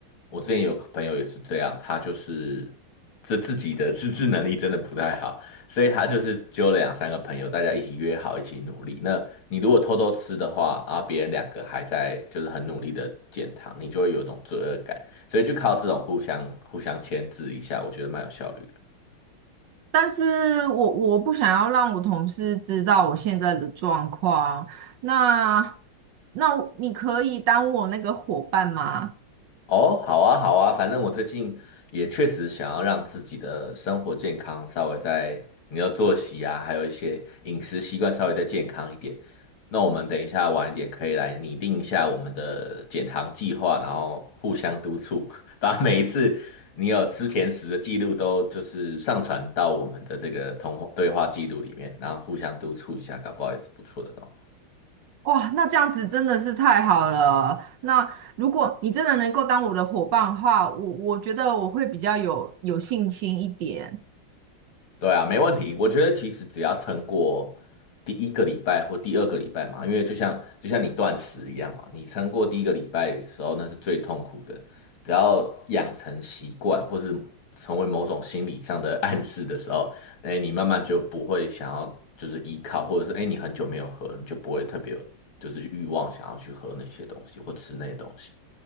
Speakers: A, on the left; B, on the right.
A: 我之前有个朋友也是这样，他就是这自己的自制能力真的不太好。所以他就是揪了两三个朋友，大家一起约好一起努力。那你如果偷偷吃的话，啊，别人两个还在就是很努力的减糖，你就会有一种罪恶感。所以就靠这种互相互相牵制一下，我觉得蛮有效率的。
B: 但是我我不想要让我同事知道我现在的状况啊，那那你可以当我那个伙伴吗？
A: 哦，好啊，好啊，反正我最近也确实想要让自己的生活健康稍微在你的作息啊，还有一些饮食习惯稍微再健康一点。那我们等一下晚一点可以来拟定一下我们的减糖计划，然后互相督促，<laughs> 把每一次你有吃甜食的记录都就是上传到我们的这个通话对话记录里面，然后互相督促一下，搞不好也是不错的哦。
B: 哇，那这样子真的是太好了。那如果你真的能够当我的伙伴的话，我我觉得我会比较有有信心一点。
A: 对啊，没问题。我觉得其实只要撑过第一个礼拜或第二个礼拜嘛，因为就像就像你断食一样嘛，你撑过第一个礼拜的时候，那是最痛苦的。只要养成习惯，或是成为某种心理上的暗示的时候，哎，你慢慢就不会想要就是依靠，或者是哎你很久没有喝了你就不会特别有就是欲望想要去喝那些东西或吃那些东西。